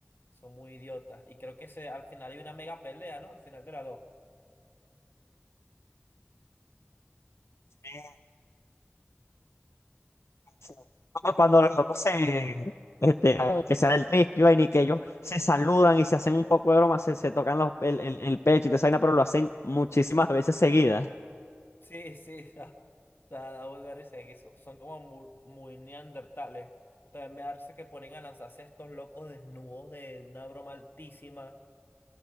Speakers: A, on the left (about 55°); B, on the left (about 80°).
A: Son muy idiotas. Y creo que se, al final hay una mega pelea, ¿no? Al final de las dos.
B: Eh, sí. Como Cuando los locos se, este, que se da el rescue y vaina, y que ellos se saludan y se hacen un poco de broma, se, se tocan los, el, el, el pecho y te vaina, pero lo hacen muchísimas veces seguidas.
A: Sí, sí, <laughs> da, da, da mucha risa. que son, son como mu- muy, neandertales. También me da risa que ponen a lanzarse a estos locos desnudos de una broma altísima.